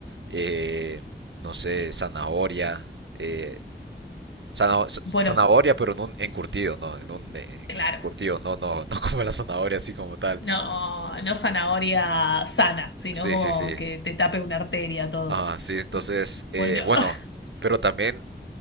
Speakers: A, on the right; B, on the left.
A: eh, no sé, zanahoria, eh, zana- z-
B: Bueno,
A: zanahoria pero en un encurtido, no, en un eh,
B: claro.
A: encurtido, no, no, <laughs> no como la zanahoria así como tal.
B: No, no zanahoria sana, sino
A: Sí,
B: como
A: sí, sí.
B: que te tape una arteria todo.
A: Ah, sí, entonces, eh,
B: Bueno,
A: bueno,
B: <laughs>
A: pero también